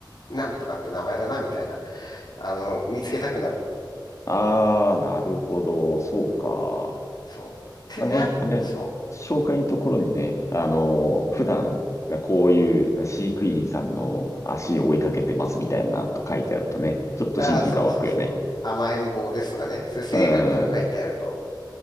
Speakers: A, on the left (about 60°); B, on the left (about 40°).
A: なんとかって名前だな、みたいな、あの、見つけたくなる。
B: ああ、なるほど。そうか。
A: そう。ってなる。
B: まあね、あれ、
A: そ
B: 紹介のところにね、あの、普段、こういう飼育員さんの足を追いかけてますみたいなと書いてあるとね、ちょっと親近感湧くよね。
A: う。ああ、そうそうそう。甘えん坊ですとかね。そういう性格とか書いてあると、
B: うん。